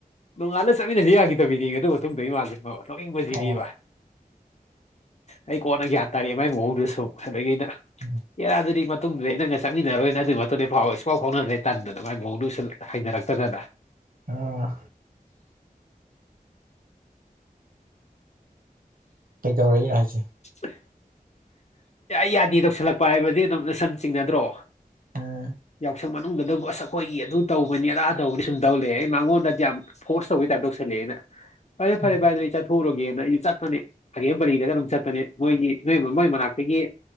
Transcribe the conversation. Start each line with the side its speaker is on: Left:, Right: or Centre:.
Left: ꯅꯣꯡꯉꯥꯟꯂꯗ ꯆꯠꯃꯤꯟꯅꯁꯤ ꯌꯥꯈꯤꯗꯕꯤꯗꯤ ꯑꯗꯨ ꯃꯇꯨꯡꯗ ꯏ ꯃꯥꯁꯦ ꯅꯣꯛꯅꯤꯡꯕꯁꯤ
Right: ꯑꯣ
Left: ꯗꯕ ꯑꯩ ꯀꯣꯟꯅ ꯒ꯭ꯌꯥꯟ ꯇꯥꯔꯛꯑꯦ ꯃꯥꯏ ꯃꯑꯣꯡꯗꯨꯁꯨ ꯑꯗꯒꯤ ꯑꯩꯅ
Right: ꯎꯝ
Left: ꯑꯦ ꯃꯗꯨꯗꯤ ꯃꯇꯨꯡꯗꯗꯤ ꯅꯪꯒ ꯆꯠꯃꯤꯟꯅꯔꯣꯏꯅ ꯑꯗꯨꯒꯤ ꯃꯇꯨꯡꯗꯐꯥꯎ ꯏꯐꯥꯎ ꯐꯥꯎꯅꯗ꯭ꯔꯦ ꯇꯟꯗꯅ ꯃꯒꯤ ꯃꯑꯣꯡꯗ ꯍ ꯍꯥꯏꯅꯔꯛꯇꯗꯅ
Right: ꯑꯥ ꯀꯩꯗꯧꯔꯛꯏꯅꯣ ꯍꯥꯏꯁꯦ
Left: <inaudible> ꯌꯥꯢ ꯌꯥꯗꯦ ꯇꯧꯁꯜꯂꯛꯄ ꯍꯥꯏꯕꯗꯤ ꯑꯗꯨꯝ ꯁꯨꯟ ꯆꯤꯡꯅꯗ꯭ꯔꯣ
Right: ꯎꯝ
Left: ꯌꯥꯎꯁꯪ ꯃꯅꯨꯡꯗ ꯑꯗꯨꯕꯨ ꯑꯁ ꯑꯩꯈꯣꯏꯒꯤ ꯑꯗꯨ ꯇꯧꯕꯅꯤ ꯑꯗ ꯇꯧꯕꯅꯤ ꯁꯨꯝ ꯇꯧ ꯂꯩ ꯌꯦ ꯑꯩ ꯃꯉꯣꯟꯗꯗꯤ ꯌꯥꯝ ꯐꯣꯔꯁ ꯇꯧꯕꯒꯤ ꯇꯥꯏꯞꯇ ꯇꯧꯁꯟꯂꯛ ꯂꯛꯑꯦꯅ ꯐꯔꯦ ꯐꯔꯦ
Right: ꯎꯝ
Left: ꯚꯥꯏ ꯑꯗꯨꯗꯤ ꯑꯩ ꯆꯠꯊꯣꯛꯎꯔꯨꯔꯒꯦꯅ ꯑꯩꯁꯨ ꯆꯠꯄꯅꯦ ꯒꯥꯒꯦꯝ ꯄꯂꯤꯗꯒ ꯑꯗꯨꯝ ꯆꯠꯄꯅꯦ ꯃꯣꯏꯒꯤ ꯃꯣꯏꯒꯤ ꯃꯅꯥꯛꯇ ꯑꯗꯒꯤ